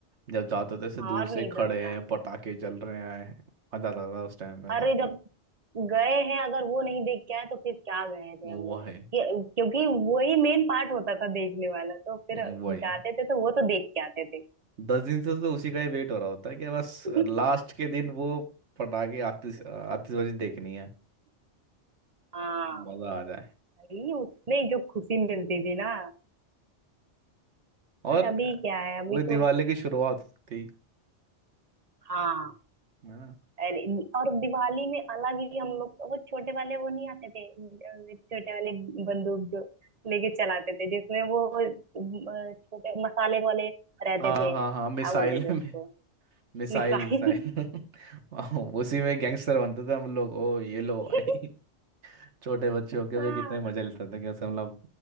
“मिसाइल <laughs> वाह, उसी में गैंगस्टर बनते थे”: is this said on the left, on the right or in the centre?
Right